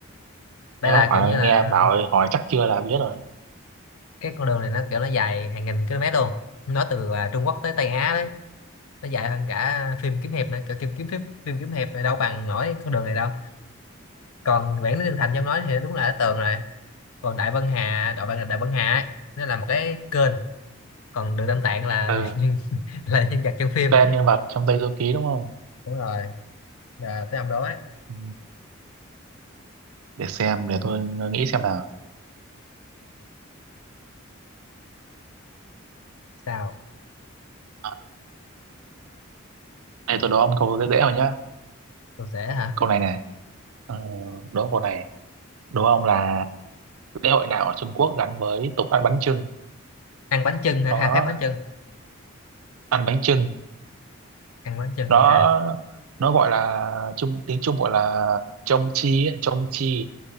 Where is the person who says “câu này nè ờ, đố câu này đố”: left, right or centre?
Right